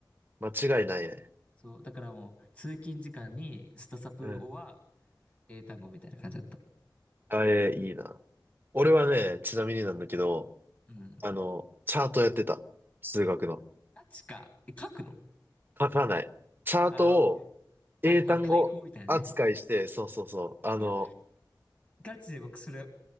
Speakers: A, on the right; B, on the left.
A: 間違いないね。
B: そう、だからもう通勤時間にスタサプをは
A: うん。
B: 英単語みたいな感じだった。
A: あれ、いいな。俺はね、ちなみになんだけど、
B: うん。
A: あの、チャートやってた。数学の。
B: ガチか。え、書くの
A: 書かない。チャートを
B: ああー、
A: 英単語扱いして、
B: はいはい、解放みたいなね。
A: そうそうそう。あの、
B: いや、ガチで僕それ